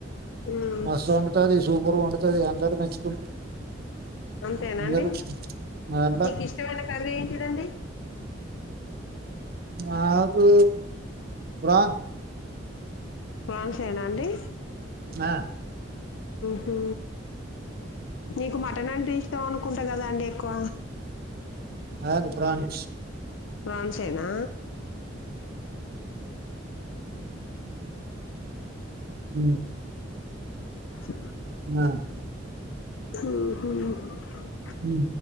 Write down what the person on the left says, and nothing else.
మ్మ్
అంతేనా
అండి
నీకు ఇష్టమైన కర్రీ ఏంటిడండి
ఫన్స్నా అండి
హ నీకు మటన్ అంటీ ఇం అనుకుంటా కదా అండి ఎక్కువ
బాన్స్నా
<inaudible>
హహ